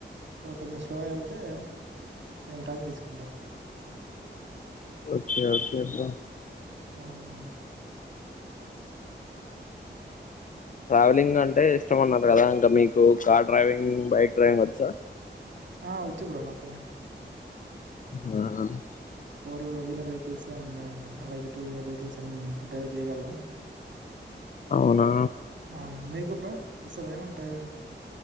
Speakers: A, on the right; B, on the left.
A: స కొంచెం స్లోగా వెళ్తే కొంచెం టైం తీసుకుంటాం
B: ఓకే ఓకే బ్రో
A: ఆవును
B: ట్రావెలింగ్ అంటే ఇష్టమన్నారు కదా ఇంకా మీకు కార్ డ్రైవింగ్ బైక్ డ్రైవింగ్ వచ్చా
A: ఆ వచ్చు బ్రో నాకు
B: ఆ
A: ఫోర్ వీలర్ వెహికల్స్ అండ్ అలాగే టూ వీలర్ వెహికల్స్ అన్ని డ్రైవ్ చేయ్యగలరా
B: అవునా
A: ఆ మీకు బ్రో వస్తాదా ఏమన్నా డ్రైవింగ్